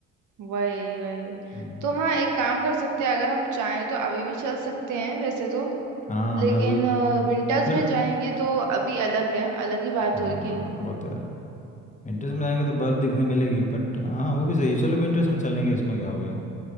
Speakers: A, on the right (about 80°); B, on the left (about 25°).
A: वही वही
B: हम्म,
A: तो हाँ एक काम कर सकते हैं अगर हम चाहें तो अभी भी चल सकते हैं वैसे तो
B: हाँ
A: लेकिन
B: मैं वही
A: विंटर्स
B: पर
A: में जाएंगे तो अभी अलग है अलग ही बात
B: हम्म,
A: होगी
B: वो तो है विंटर्स में जाएंगे तो बर्फ़ दिखने मिलेगी बट हाँ वो भी सही है चलो विंटर्स में चलेंगे इसमें क्या हो गया